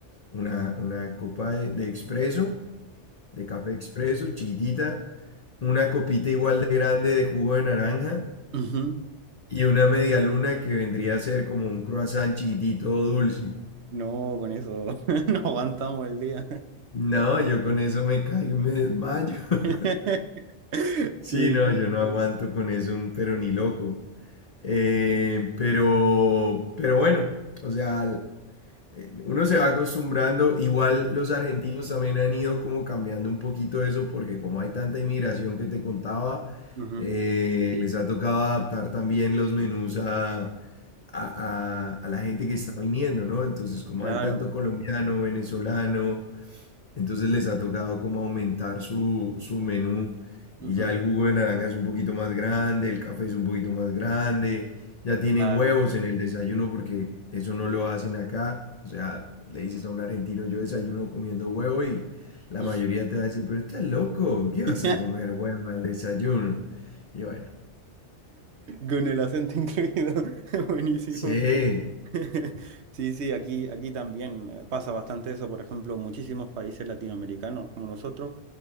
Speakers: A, on the left (about 40°); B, on the right (about 65°).
A: una, una copa de, de expreso, de café expreso, chiquitita, una copita igual de grande de jugo de naranja
B: Ujú, ujú.
A: y una media luna que vendría a ser como un croissant chiquitito dulce.
B: No, con eso <laughs> no aguantamos el día.
A: No, yo con eso me caigo y me desmayo. <laughs>
B: <laughs>
A: Sí,
B: Sí,
A: no, yo no aguanto con eso, un- pero ni loco. Eh, pero, pero bueno, o sea, l- eh, uno se va acostumbrando. Igual los argentinos también han ido como cambiando un poquito eso, porque como hay tanta inmigración que te contaba,
B: ujú,
A: eh, les ha tocado adaptar también los menús a, a, a- a la gente que está viniendo, ¿no? Entonces, como
B: Claro,
A: hay tanto colombiano, venezolano, entonces les ha tocado como aumentar su, su menú
B: ujú,
A: y ya el jugo de naranja es un poquito más grande, el café es un poquito más grande, ya tienen
B: claro.
A: huevos en el desayuno porque eso no lo hacen acá. O sea, le dices a un argentino, yo desayuno comiendo huevo y la
B: ujú.
A: mayoría te va a decir, pero estás loco, ¿qué vas
B: <laughs>
A: a comer huevo al desayuno? Y bueno,
B: Con el acento incluido, <laughs> buenísimo.
A: sí,
B: <laughs> Sí, sí, aquí, aquí también eh, pasa bastante eso. Por ejemplo, muchísimos países latinoamericanos como nosotros